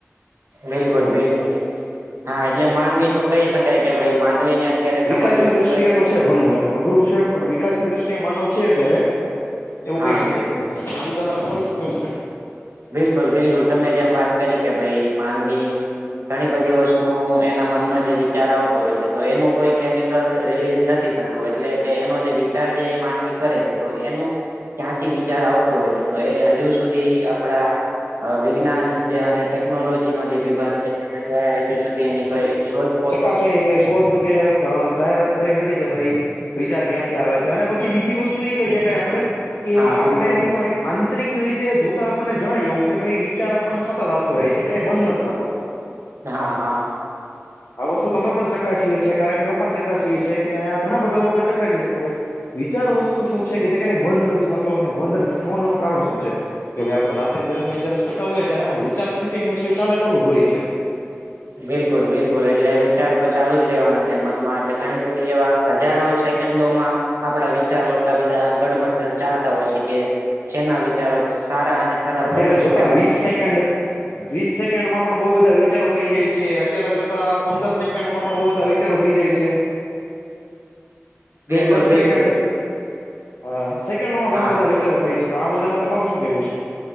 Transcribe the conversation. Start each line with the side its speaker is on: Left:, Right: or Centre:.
Right: બિલકુલ
Left: એમ
Right: બિલકુલ હા એટલે માનવી તો કહી શકાય. કે ભાઈ માનવી ને અત્યારે
Left: વિકાસની
Right: સમજવો ખૂબ
Left: દ્રષ્ટિએ
Right: જ
Left: તો છે ઘણું એમ અઘરું છે. પણ વિકાસની દ્રષ્ટિએ માનવ છે. અત્યારે એવું
Right: હા
Left: કહી શકાય
Right: બિલકુલ
Left: છે. આ મુદ્દામાં તમારું શું કેવું છે.
Right: બિલકુલ બિલકુલ તમે જેમ વાત કરી કે ભાઈ માનવી ઘણી બધી વસ્તુ એના મનમાં જે વિચાર આવતો હોય છે. તો એનું કોઈ કેમિકલ રિલીઝ નથી થતું એટલે કે એનો જે વિચાર જે માંનવી કરે છે. તો એનું ક્યાંથી વિચાર આવતો હોય છે. તો એ હજુ સુધી આપડા વિજ્ઞાન જ ટેકનોલોજી નો જે વિભાગ છે. તેના દ્વારા હજુ સુધી એની કઈ શોધ
Left: ચક્કાસવાણી કે શોધ કે જાહેરાત થઈ નથી કે ભાઈ વિચાર ક્યાંથી આવે છે. અને પછી બીજી વસ્તુ એ કહી શકાય. આપડે કે
Right: હા બિલકુલ
Left: આપડેું કેવાય આંતરિક રીતે જોતા આપણને જણાય એવું કે, ભાઈ વિચાર આપણને સતત આવતો રહે છે. ક્યારે બંધ નથી થતો.
Right: હા હા,
Left: આ વસ્તુ તો અમે પણ ચકાસીએ છીએ કારક મેં પણ ચકાસીએ છીએ, કે આ ઘણા બધા લોકો ચકાસીી છે, કે ભાઈ વિચાર વસ્તુ શું છે, કે જે ક્યારેય બંધ નથી થતો અને બંધ નથી થવાનું ન કારણ શું છે. કે ભાઈ આપડ રાિ દરમિયાન જય સુતા હોયએ ત્યારે પણ વિચાર કન્ટિન્યુઅસલી ચાલે ચાલુ જ હોય છે.
Right: બિલકુલ બિલકુલ એટલે વિચાર તો ચાલુ જ રહેવાના છે. મનમાં એટલે ઘણી બધી એવા હજારો સેકન્ડોમાં આપડા વિચારો એટલા બધા ગડમથ ચાલતા હોય છે કે જેના વિચારો સારા અને ખરાબ
Left: અત્યારે
Right: બંને
Left: જોતા
Right: વિચારો
Left: વીસ
Right: આપણને
Left: સેકન્ડ વીસ સેકન્ડ માં પણ બહુ બધા વિચારો થઈ જાય છે અત્યારે જોતા પંદર સેકન્ડ માં પણ બહુ બધા વિચારો થઈ જાય છે.
Right: <unintelligible>
Left: દ દસ
Right: બિલકુલ
Left: સેકન્ડ હા સેકન્ડ નોમાંં
Right: હા
Left: ગણા બધા વિચારો થાય છે તો આ મુદ્દામાં તમારું શું કેવું છે?